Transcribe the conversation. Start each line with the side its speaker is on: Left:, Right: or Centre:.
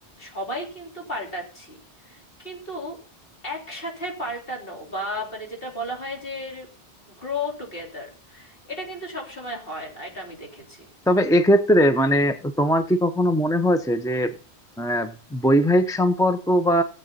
Left: সবাই কিন্তু পাল্টাচ্ছি কিন্তু একসাথে পাল্টানো বা মানে যেটা বলা হয় যে গ্রো টুগেদার এটা কিন্তু সব সময় হয় না এটা আমি দেখেছি
Centre: তবে এক্ষেত্রে মানে তোমার কি কখনো মনে হয়েছে যে আহ, বৈবাহিক সম্পর্ক বা